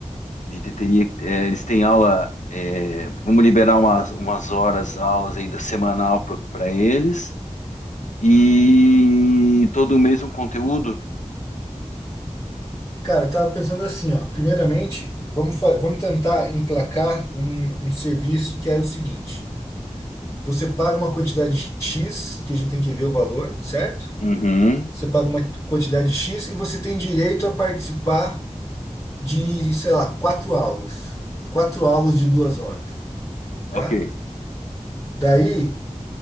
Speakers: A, on the left; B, on the left.
A: A gente teria, é, eles têm aula, é, vamos liberar umas, umas horas, aulas ainda semanal para eles. E todo mês um conteúdo?
B: Cara, eu tava pensando assim, ó. Primeiramente, vamos, fa- vamos tentar emplacar um, um serviço que é o seguinte. Você paga uma quantidade X, que a gente tem que ver o valor, certo?
A: Uhum.
B: Você paga uma quantidade X e você tem direito a participar de, sei lá, quatro aulas. Quatro aulas de duas horas,
A: Ok.
B: tá? Daí,